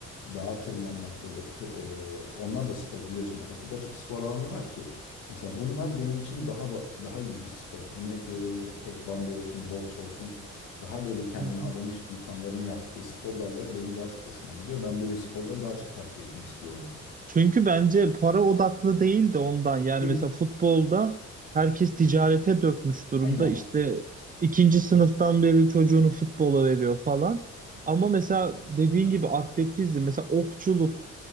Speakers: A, on the left; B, on the right.
A: Dağa tırmanmak böyle tır- e, onlar da spor biliyorsun yani o kadar çok spor alanı var ki. Mesela bunlar benim için daha ba- daha iyi bir spor. Örnek veriyorum işte tekvando olsun, boks olsun. Daha böyle kendini
B: evet.
A: adamış insanların yaptığı spor dalları benim daha çok hoşuma gidiyor. Ben böyle sporları daha çok takip etmek istiyorum.
B: Çünkü bence para odaklı değil de ondan. Yani
A: Hı,
B: mesela futbolda herkes ticarete dökmüş durumda.
A: Aynen.
B: İşte ikinci sınıftan beri çocuğunu futbola veriyor falan. Ama mesela dediğin gibi atletizm, mesela okçuluk.